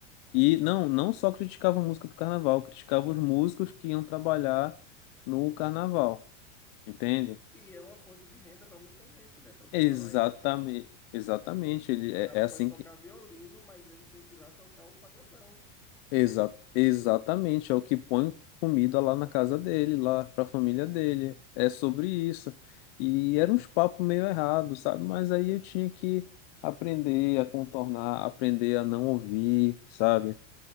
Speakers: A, on the left; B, in the centre.
A: E não, não só criticava a música do carnaval, criticava os músicos que iam trabalhar no carnaval, entende?
B: E é uma fonte de renda para muita gente, né? Tra-
A: Exatamente,
B: Trabalhar em banda, né?
A: exatamente. Ele,
B: O
A: é
B: cara
A: é assim
B: pode tocar
A: que
B: violino, mas ele tem que ir lá tocar o pagodão.
A: Exa exatamente, é o que põe comida lá na casa dele, lá para a família dele. É sobre isso. E era uns papos meio errados, sabe? Mas aí eu tinha que aprender a contornar, aprender a não ouvir, sabe?